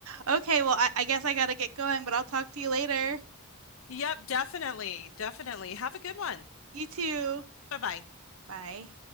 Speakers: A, on the right; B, on the left.
A: Okay, well, I, I guess I gotta get going, but I'll talk to you later.
B: Yep, definitely, definitely. Have a good one.
A: You too.
B: Bye bye.
A: Bye.